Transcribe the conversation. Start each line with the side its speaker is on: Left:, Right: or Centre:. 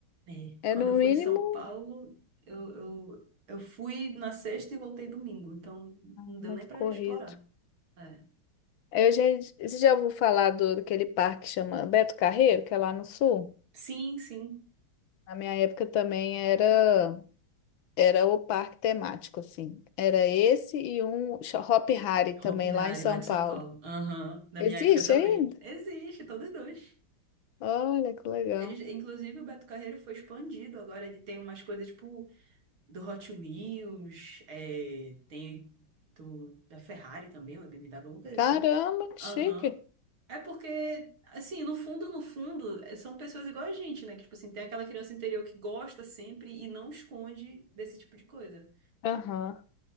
Right: É,
Left: é
Right: quando
Left: no
Right: eu fui
Left: mínimo
Right: em São Paulo, eu, eu, eu fui na sexta e voltei domingo, então não deu
Left: muito
Right: nem pra
Left: corrido.
Right: explorar. É.
Left: Eu já, você já ouviu falar do, daquele parque que chama Beto Carreiro, que é lá no sul?
Right: Sim, sim.
Left: Na minha época também era. Era o parque temático, assim. Era esse e um cho- Hop Hari também,
Right: Hopi Hari,
Left: lá em São
Right: lá de
Left: Paulo.
Right: São Paulo. Aham, na
Left: Existe
Right: minha época também.
Left: ainda?
Right: Existe, todos dois.
Left: Olha que legal.
Right: Eles, inclusive, o Beto Carreiro foi expandido. Agora ele tem umas coisas tipo do Hot Wheels, é, tem do, da Ferrari também, ou da BMW, alguma coisa
Left: Caramba,
Right: assim.
Left: que
Right: Aham.
Left: chique.
Right: É porque, assim, no fundo, no fundo, eh, são pessoas igual a gente, né? Que, tipo assim, tem aquela criança interior que gosta sempre e não esconde desse tipo de coisa.
Left: Aham.